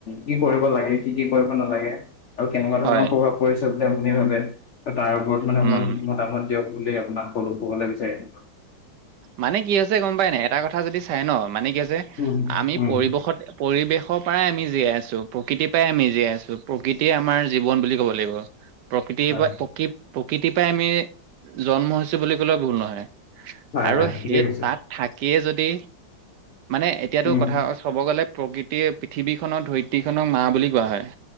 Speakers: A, on the left (about 65°); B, on the right (about 70°).
A: কি কৰিব লাগে? কি কি কৰিব নালাগে আৰু কেনেকুৱা ধৰণৰ
B: হয়
A: প্ৰভাৱ পৰিছে বুলি আপুনি ভাবে ত তাৰ ওপৰত মানে
B: উম
A: অকমান মতামত দিয়ক বুলি আপোনাক কলো <unintelligible> বিচাৰি আহিলো।
B: মানে কি হৈছে গম পাই নাই এটা কথা যদি চাই ন মানে কি হৈছে
A: উম
B: আমি
A: উম
B: পৰিৱেশত পৰিৱেশৰ পৰাই আমি জীয়াই আছো, প্ৰকৃতিৰ পৰাই আমি জীয়াই আছো, প্ৰকৃতিয়ে আমাৰ জীৱন বুলি ক'ব লাগিব। প্ৰকৃতিৰ
A: হয়
B: পৰা প্ৰকৃ প্ৰকৃতিৰ পৰাই আমি জন্ম হৈছো বুলি ক'লেও ভুল নহয়।
A: হয়
B: আৰু
A: হয়
B: সেই
A: ঠিকে কৈছে
B: তাত থাকিয়ে যদি মানে এতিয়াতো
A: উম
B: কথা চব গ'লে প্ৰকৃতিয়ে পৃথিৱীখনৰ ধৰিত্ৰীখনক মা বুলি কোৱা হয়।